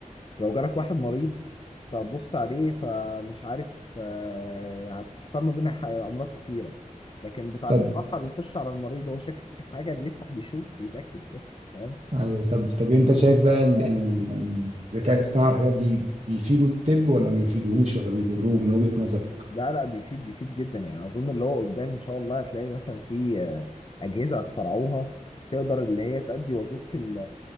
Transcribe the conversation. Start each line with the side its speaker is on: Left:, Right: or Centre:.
Left: لو جالك واحد مريض تبص عليه فمش عارف آه، هتحتار ما بين ح- امراض كتيره لكن بتاع
Right: طب
Left: الجراحه بيخش على المريض هو شاكك في حاجه بيفتح بيشوف ويتاكد بس فاهم
Right: أيوه طب طب أنت شايف بقى ال- ال- الذكاء الاصطناعي والحاجات دي بيفيدوا الطب ولا ما بيفيدوهوش ولا بيضروه من وجهة نظرك؟
Left: لا لا بيفيد بيفيد جدا يعني اظن اللي هو قدام ان شاء الله هتلاقي مثلا في آه، اجهزه اخترعوها تقدر اللي هي تأدي وظيفه ال